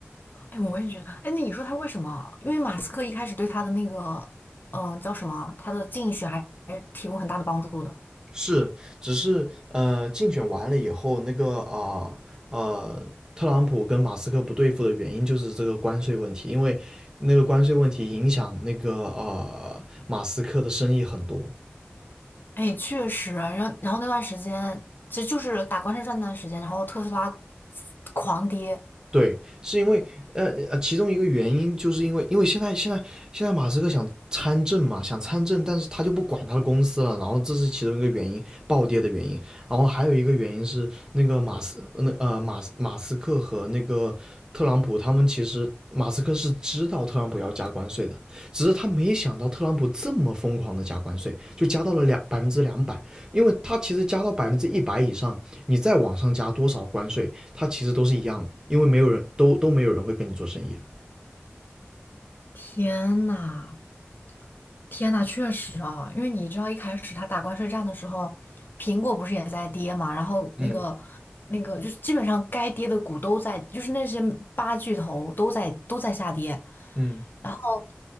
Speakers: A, on the left; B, on the right.
A: 哎，我也觉得，哎，那你说他为什么？因为马斯克一开始对他的那个，嗯、叫什么？他的竞选还还是提供很大的帮助的。
B: 是，只是呃，竞选完了以后，那个啊呃特朗普跟马斯克不对付的原因就是这个关税问题，因为那个关税问题影响那个呃马斯克的生意很多。
A: 哎，确实，然后然后那段时间，其实就是打关税战那段时间，然后特斯拉狂跌。
B: 对，是因为呃呃，其中一个原因就是因为因为现在现在现在马斯克想参政嘛，想参政，但是他就不管他的公司了，然后这是其中一个原因，暴跌的原因。然后还有一个原因是那个马斯那呃马斯马斯克和那个特朗普他们其实马斯克是知道特朗普要加关税的，只是他没想到特朗普这么疯狂的加关税，就加到了两百分之两百，因为它其实加到百分之一百以上，你再往上加多少关税，它其实都是一样的，因为没有人都都没有人会跟你做生意了。
A: 天呐，天呐，确实啊，因为你知道一开始他打关税战的时候，苹果不是也在跌嘛，然后那个
B: 嗯
A: 那个就是基本上该跌的股都在，就是那些八巨头都在都在下跌。
B: 嗯
A: 然后。